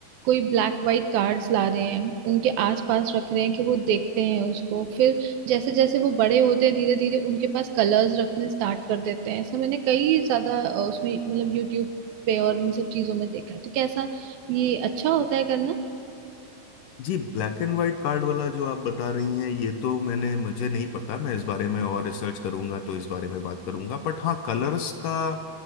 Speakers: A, on the right; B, on the left.
A: कोई ब्लैक वाइट कार्ड्स ला रहे हैं उनके आसपास रख रहे हैं कि वो देखते हैं उसको फिर जैसे जैसे वो बड़े होते हैं धीरे धीरे उनके पास कलर्स रखने स्टार्ट कर देते हैं ऐसा मैंने कई ज्यादा अ, उसमें मतलब यूट्यूब पे और इन सब चीजों में देखा है तो कैसा ये अच्छा होता है करना
B: जी ब्लैक एंड व्हाइट कार्ड वाला जो आप बता रही हैं ये तो मैंने मुझे नहीं पता मैं इस बारे में और रिसर्च करूंगा तो इस बारे में बात करूंगा बट हाँ कलर्स का